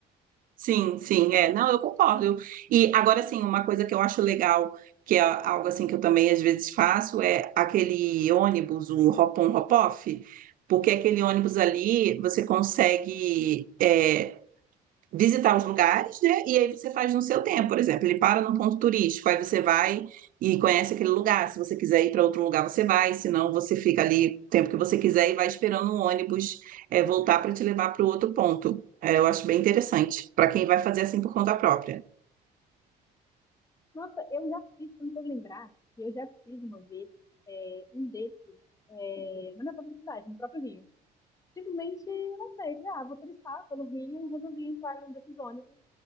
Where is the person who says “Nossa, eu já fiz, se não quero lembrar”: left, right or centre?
Left